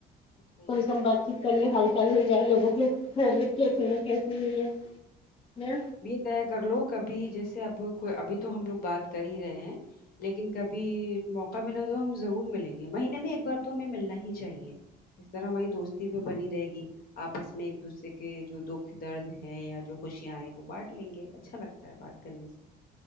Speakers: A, on the left; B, on the left.
A: صحیح
B: کم سے
A: بات
B: کم باقی کرنے حال چال مل جائے لوگوں کی لی خریت کیسے ہے کیسے نہیں ہے
A: تے کر لوگ کبھی جیسے اب کو ابھی تو ہم لوگ بات کر ہی رہے ہیں لیکن کبھی موقع ملا تو ہم ضرور ملیں گے مہینے میں ایک بار تو ہمیں ملنا ہی چاہیے اس طرح ہماری دوستی بھی بنی رہے گی آپس میں ایک دوسرے کے جو دو درد ہے یا جو خوشیاں ہیں وہ بانٹ لیں گے اچھا لگتا ہے بات کرنے سے